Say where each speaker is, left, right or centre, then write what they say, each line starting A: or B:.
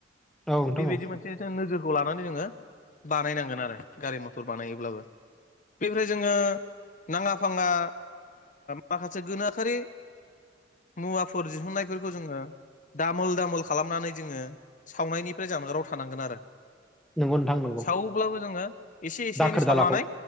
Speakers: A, in the centre; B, on the left (about 40°).
A: औ नोंथां
B: बेबायदि
A: औ
B: मोनसे। जों नोजोरखौ लानानै जोङो बानायनांगोन आरो गारि मथर बानायोब्लाबो। बेफ्राय जोङो नाङा फाङा माखासे गोनोखोआरि मुवाफोर दिहुननायफोरखौ जोङो दामोल दामोल खालामनानै जोङो। सावनायनिफ्राय जानगाराव थानांगोन आरो।
A: नोंगौ नोंथां। नंगौ
B: सावोब्लाबो जोङो एसे एसे
A: दाखोर
B: एनै सावनानै
A: दालाखौ